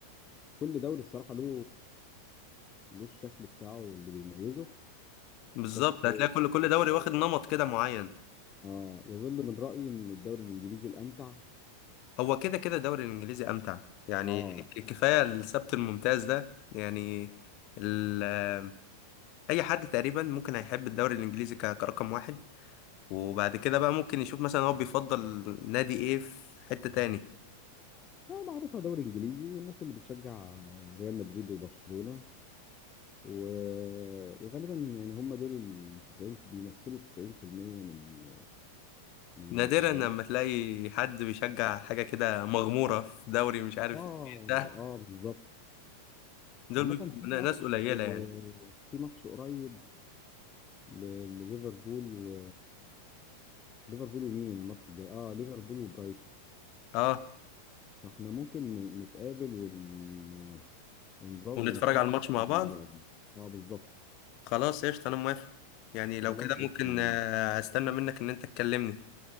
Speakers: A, on the left; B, on the left.
A: كل دوري الصراحه له له الشكل بتاعه اللي بيميزه
B: بالظبط
A: بس
B: هتلاقي كل كل دوري واخد نمط كده معين
A: اه يظل من رايي ان الدوري الانجليزي الامتع
B: هو كده كده الدوري الانجليزي امتع يعني
A: اه
B: ك- كفايه السبت الممتاز ده يعني ال... آه، اي حد تقريبا ممكن هيحب الدوري الانجليزي ك- كرقم واحد وبعد كده بقى ممكن يشوف مثلا هو بيفضل نادي ايه في حتة تاني
A: آه، معروفه دوري انجليزي والناس اللي بتشجع ريال مدريد وبرشلونه و... وغالبا يعني هم دول ال 90 بيمثلوا 90% من من
B: نادرا
A: المشجعين
B: لما تلاقي حد بيشجع حاجة كده مغمورة في دوري مش عارف
A: اه
B: ايه ده
A: اه بالظبط
B: دول
A: عامة
B: بيبقوا
A: في ماتش
B: ناس قليلة
A: آه،
B: يعني
A: في ماتش قريب ل- لليفربول و... ليفربول ومين الماتش الجاي اه ليفربول وبرايتون
B: اه
A: فاحنا ممكن ن- نتقابل ون... ونظبط
B: ونتفرج
A: ونتفرج
B: على الماتش
A: سوا
B: مع بعض
A: على الماتش ده. اه بالظبط
B: خلاص قشطة انا موافق يعني لو
A: خلاص
B: كده
A: قشطة،
B: ممكن
A: أنا-
B: آه، استنى منك ان انت تكلمني